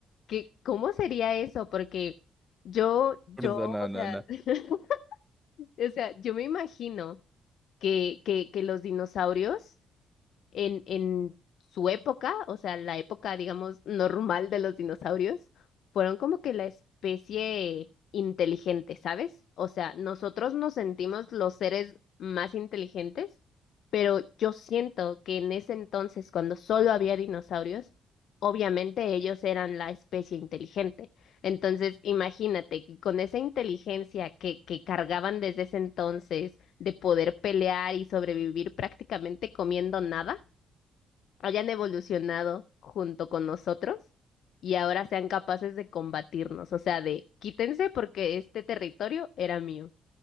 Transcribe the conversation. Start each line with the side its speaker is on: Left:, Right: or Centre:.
Left: que, ¿cómo sería eso? Porque yo, yo,
Centre: No, no,
Left: o
Centre: no,
Left: sea,
Centre: no.
Left: <laughs> o sea, yo me imagino que, que, que los dinosaurios en, en su época, o sea, la época, digamos, normal de los dinosaurios, fueron como que la especie inteligente, ¿sabes? O sea, nosotros nos sentimos los seres más inteligentes, pero yo siento que en ese entonces, cuando solo había dinosaurios, obviamente ellos eran la especie inteligente. Entonces, imagínate que con esa inteligencia que, que cargaban desde ese entonces de poder pelear y sobrevivir prácticamente comiendo nada, hayan evolucionado junto con nosotros y ahora sean capaces de combatirnos, o sea, de quítense porque este territorio era mío.